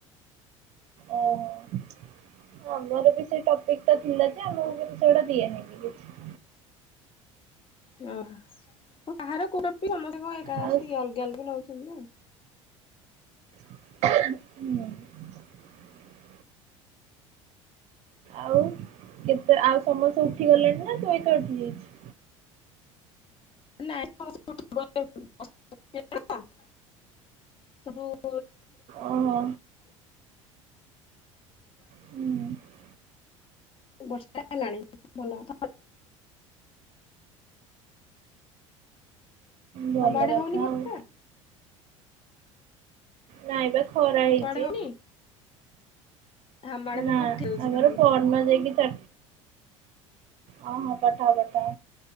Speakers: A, on the right; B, on the left.
A: ଓ ହ ଆମର ବି ସେଇଟା ଏଟା ଥିଲା ଯେ ଆମକୁ କିନ୍ତୁ ସେଡା ଦିଆହେଇନି କିଛି।
B: ଓହ କାହାର କୋଉ ବିି <inaudible> ସମସ୍ତେ କଣ
A: ଆଉ
B: <inaudible> ଅଲଗା ଅଲଗା ରହୁସନ୍ତି ନାଁ ଆଉ।
A: ହୁଁ <inaudible> ଆଉ କେତେ ଆଉ ସମସ୍ତେ ଉଠି ଗଲେଣି ନା ତୁ ଏକା ଉଠି ଯାଇଚୁ?
B: ନାଇଁ <inaudible> ସବୁ <inaudible>
A: ଓହୋ ହୁଁ
B: ବର୍ଷାହେଲାଣି ଭଲ <inaudible>
A: ଭଲ
B: ତମ ଆଡ଼େ
A: କଥା
B: ହଉନି ବର୍ଷା?
A: ଆଉ ନାଇଁ ବା ଖରା ହେଇଛି।
B: ତମ ଆଡେ ହଉନି? ଆମ ଆଡେ
A: ନା
B: ମୁଁ ପଠେଇ ଦଉଛି
A: ଆମର
B: ନହେଲେ
A: ପରୁହାଁ ଯାଇକି ଚା ହଁ ହଁ ପଠାଅ ପଠାଅ।